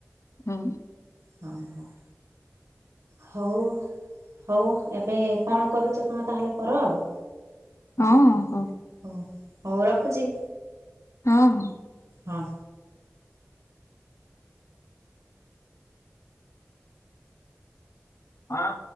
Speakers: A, on the left; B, on the right.
A: ହୁଁ
B: ହଁ ହଁ। ହଉ ହଉ ଏବେ କଣ କରୁଛ ତୁମେ ତାହେଲେ କର ଆଉ।
A: ହଁ ହଉ।
B: ହୋଉ ହୋଉ ରଖୁଛି।
A: ହଁ ହଁ।
B: ହଁ।
A: ହଁ।